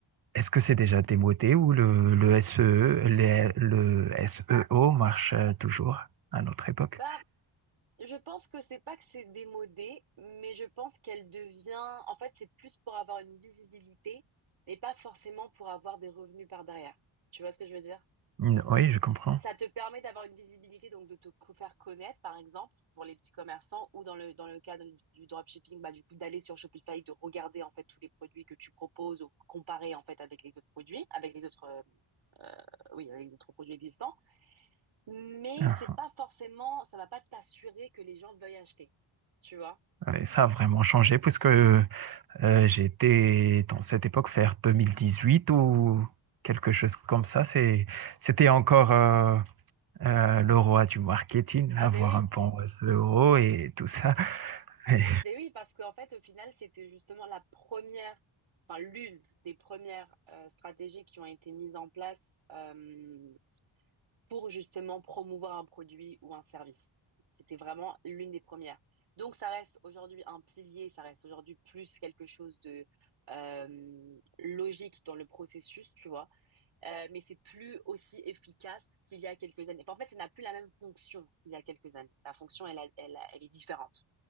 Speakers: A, on the right; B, on the right.
A: est-ce que c'est déjà démodé ou le, le SEO, les- le SEO marche euh, toujours à notre époque?
B: Bah, je pense que c'est pas que c'est démodé, mais je pense qu'elle devient, en fait, c'est plus pour avoir une visibilité, mais pas forcément pour avoir des revenus par derrière. Tu vois ce que je veux dire?
A: Mm, Oui, je comprends.
B: ça te permet d'avoir une visibilité, donc de te co- faire connaître, par exemple, pour les petits commerçants ou dans le, dans le cadre du, du dropshipping, bah, du coup, d'aller sur Shopify, de regarder, en fait, tous les produits que tu proposes ou comparer, en fait, avec les autres produits, avec les autres, euh, euh, oui, avec les autres produits existants. Mais
A: Ah,
B: c'est pas forcément, ça va pas t'assurer que les gens veuillent acheter. Tu vois?
A: ah. Et Ça a vraiment changé puisque euh, Euh, j'étais dans cette époque vers 2018 ou quelque chose comme ça. C'est, c'était encore euh, euh, le roi du marketing,
B: Ah,
A: avoir
B: ben oui,
A: un bon réseau et tout ça. <laughs> Et-
B: ben oui, parce qu'en fait, au final, c'était justement la première, enfin, l'une des premières euh, stratégies qui ont été mises en place. euh, pour justement promouvoir un produit ou un service. C'était vraiment l'une des premières. Donc ça reste aujourd'hui un pilier, ça reste aujourd'hui plus quelque chose de euh, logique dans le processus, tu vois, Euh, mais c'est plus aussi efficace qu'il y a quelques années. Enfin, en fait, ça n'a plus la même fonction qu'il y a quelques années. La fonction, elle, a- elle, a- elle est différente.